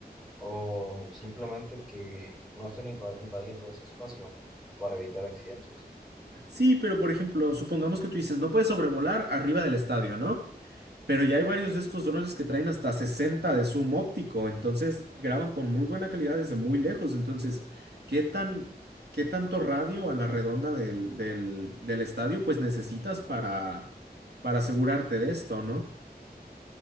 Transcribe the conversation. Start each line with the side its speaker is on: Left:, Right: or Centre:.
Centre: O simplemente que no estén inva- invadiendo ese espacio para evitar accidentes.
Right: Sí, pero por ejemplo, supongamos que tú dices, no puedes sobrevolar arriba del estadio, ¿no? Pero ya hay varios de estos drones que traen hasta 60 de zoom óptico, entonces graban con muy buena calidad desde muy lejos. Entonces, ¿qué tan, qué tanto radio a la redonda del, del, del estadio pues necesitas para, para asegurarte de esto, ¿no?